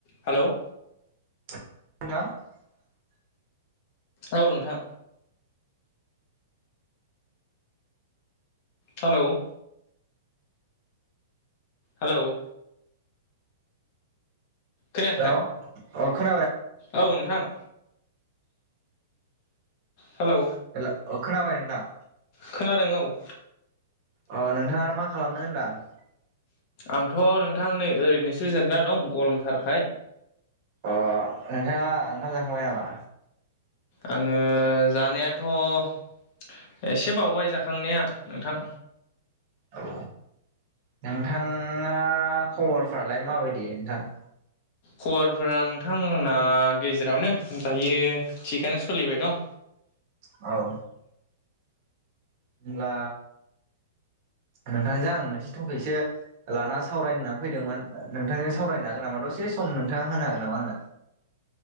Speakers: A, on the left (about 45°); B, on the right (about 45°).
A: Hello
B: <unintelligible>
A: औ नोंथां hello hello खोनायाखै
B: hello अ खोनाबाय
A: औ नोंथां हेलौ
B: <unintelligible> अ खोनाबाय नोंथां
A: खोनादों औ
B: अ नोंथाङा मा खालामदों होनदां
A: आंथ' नोंथां नै ओरैनोसो जिरना दं गरमथारखाय
B: ओ नोंथाङा ओंखाम जाखांबाय नामा?
A: आङो जानायाथ' एसे बावबाय जाखांनाया नोंथां
B: औ नोंथाङा खबरफ्रालाय माबायदि नोंथां?
A: खबरफोरा नोंथां आंना गेजेरावनो दायो थिगानो सलिबाय दं।
B: औ होनब्ला नोंथांजों आं मोनसे टपिकसो लाना सावरायनो होनना फैदोंमोन नोंथांजों सावरायनो हागोन नामा दसे सम नोंथाङा होनो हागोन नामा आंनो?